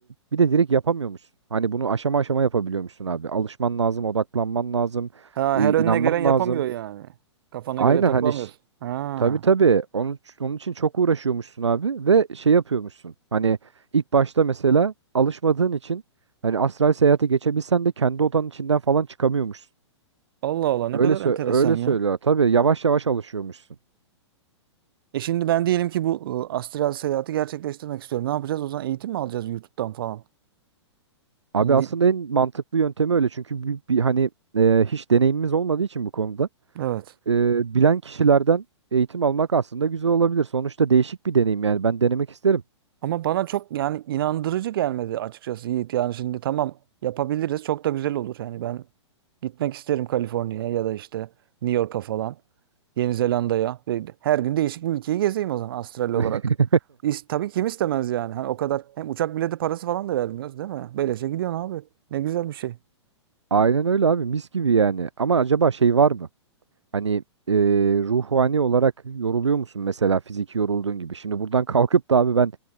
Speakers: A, on the right (about 70°); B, on the right (about 50°).
A: bir de direkt yapamıyormuşsun. Hani bunu aşama aşama yapabiliyormuşsun abi. Alışman lazım, odaklanman lazım,
B: Ha,
A: e,
B: her
A: inanman
B: önüne gelen yapamıyor
A: lazım.
B: yani. Kafana
A: Aynen
B: göre takılamıyorsun.
A: hani
B: Ha.
A: Tabii tabii. Onun, onun için çok uğraşıyormuşsun abi ve şey yapıyormuşsun. Hani ilk başta mesela alışmadığın için hani astral seyahate geçebilsen de kendi odanın içinden falan çıkamıyormuşsun.
B: Allah Allah ne
A: Öyle
B: kadar
A: sö-
B: enteresan
A: öyle
B: ya.
A: söylüyor. Tabii yavaş yavaş alışıyormuşsun.
B: E şimdi ben diyelim ki bu e, astral seyahati gerçekleştirmek istiyorum. Ne yapacağız? O zaman eğitim mi alacağız YouTube'dan falan?
A: Abi
B: Bunu
A: aslında
B: bir...
A: en mantıklı yöntemi öyle. Çünkü bir, bir hani e, hiç deneyimimiz olmadığı için bu konuda
B: Evet.
A: e, bilen kişilerden eğitim almak aslında güzel olabilir. Sonuçta değişik bir deneyim yani ben denemek isterim.
B: Ama bana çok yani inandırıcı gelmedi açıkçası Yiğit. Yani şimdi tamam yapabiliriz. Çok da güzel olur. Yani ben gitmek isterim Kaliforniya'ya ya da işte New York'a falan. Yeni Zelanda'ya. Ve her gün değişik bir ülkeyi gezeyim o zaman astral olarak.
A: <laughs>
B: İs- tabii kim istemez yani. Hani o kadar hem uçak bileti parası falan da vermiyoruz değil mi? Böylece gidiyorsun abi. Ne güzel bir şey.
A: Aynen öyle abi mis gibi yani. Ama acaba şey var mı? Hani e, ruhani olarak yoruluyor musun mesela fiziki yorulduğun gibi? Şimdi buradan <laughs> kalkıp da abi ben